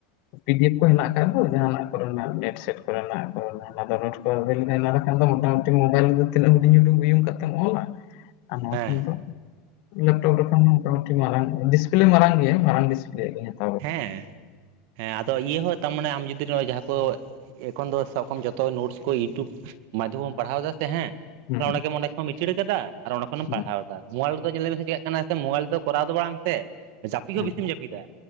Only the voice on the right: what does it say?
ᱦᱮᱸ
ᱦᱮᱸ᱾ ᱦᱮᱸ ᱟᱫᱚ ᱤᱭᱟᱹ ᱦᱚᱸ ᱛᱟᱢ ᱢᱟᱱᱮ ᱟᱢ ᱡᱩᱫᱤ ᱱᱚᱜ-ᱚᱭ ᱡᱟᱦᱟᱸ ᱠᱚ ᱮᱠᱷᱚᱱ ᱫᱚ ᱥᱟᱵ ᱠᱟᱜ-ᱟᱢ ᱡᱚᱛᱚ ᱱᱳᱴᱥ ᱠᱚ ᱤᱭᱩᱴᱩᱵᱽ ᱢᱟᱫᱽᱫᱷᱚᱢ ᱵᱚᱱ ᱯᱟᱲᱦᱟᱣ ᱮᱫᱟ ᱥᱮ ᱦᱮᱸ,
<inaudible> ᱚᱸᱰᱮ ᱜᱮᱢ ᱚᱸᱰᱮ ᱠᱷᱚᱱ ᱤᱥᱤᱲ ᱟᱠᱟᱫᱟ ᱟᱨ ᱚᱸᱰᱮ ᱠᱷᱚᱱᱮᱢ
ᱯᱟᱲᱦᱟᱣ ᱫᱟ, <unintelligible> ᱨᱮᱫᱚ ᱧᱮᱞᱮ ᱢᱮᱥᱮ ᱪᱮᱠᱟᱜ ᱠᱟᱱᱟ ᱥᱮ ᱢᱳᱵᱟᱭᱤᱞ ᱛᱮ ᱠᱚᱨᱟᱣ ᱫᱚ ᱵᱟᱝ ᱥᱮ ᱡᱟᱹᱯᱤᱫ
ᱦᱚᱸ ᱵᱤᱥᱤᱢ
ᱡᱟᱹᱯᱤᱫᱟ᱾